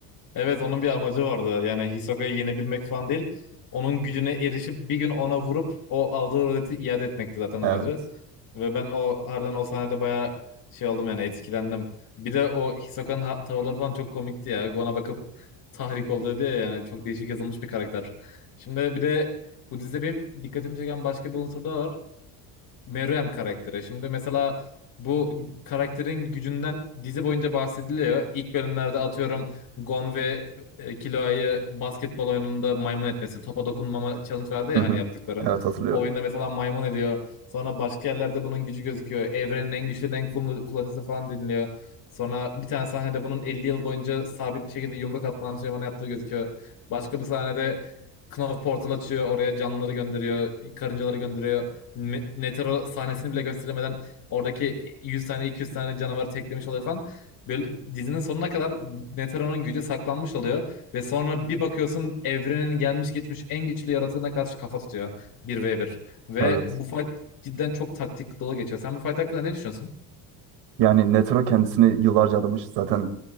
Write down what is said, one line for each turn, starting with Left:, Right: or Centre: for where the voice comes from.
Left: Evet onun bir amacı vardı. Yani Hisoka'yı yenebilmek falan değil. Onun gücüne erişip bir gün ona vurup o aldığı roleti iade etmekti zaten amacı.
Right: Evet.
Left: Ve ben o harbiden o sahnede bayağı şey oldum yani etkilendim. Bir de o Hisoka'nın ha- tavırları falan çok komikti ya. Gon'a bakıp tahrik oldu diye yani çok değişik yazılmış bir karakter. Şimdi bir de bu dizide benim dikkatimi çeken başka bir unsur daha var. Meruem karaktere. Şimdi mesela bu karakterin gücünden dizi boyunca bahsediliyor. İlk bölümlerde atıyorum Gon ve e, Killua'yı basketbol oyununda maymun etmesi. Topa dokunmama challenge verdi ya
Right: Hı hı.
Left: hani yaptıkları.
Right: Evet hatırlıyorum.
Left: O oyunda mesela maymun ediyor. Sonra başka yerlerde bunun gücü gözüküyor. Evrenin en güçlü en kul- kullanıcısı falan deniliyor. Sonra bir tane sahnede bunun 50 yıl boyunca sabit bir şekilde yumruk atma antrenmanı yaptığı gözüküyor. Başka bir sahnede Knopf portal açıyor. Oraya canlıları gönderiyor. Karıncaları gönderiyor me- meteor sahnesini bile gösteremeden oradaki 100 tane 200 tane canavarı teklemiş oluyor falan. Böyle dizinin sonuna kadar Netero'nun gücü saklanmış oluyor ve sonra bir bakıyorsun evrenin gelmiş geçmiş en güçlü yaratığına karşı kafa tutuyor bir ve bir. ve
Right: Evet.
Left: bu fight cidden çok taktik dolu geçiyor. Sen bu fight hakkında ne düşünüyorsun?
Right: Yani Netero kendisini yıllarca adamış. Zaten